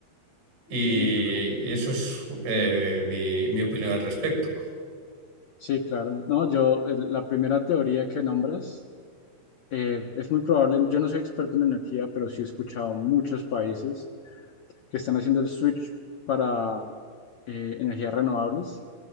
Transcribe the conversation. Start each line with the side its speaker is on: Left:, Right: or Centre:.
Right: Y
Left: Hijo.
Right: eso es eh, mi, mi opinión al respecto.
Left: Sí, claro. No, yo, el- la primera teoría que nombras, eh, es muy probable, yo no soy experto en energía, pero sí he escuchado muchos países que están haciendo el switch para eh, energías renovables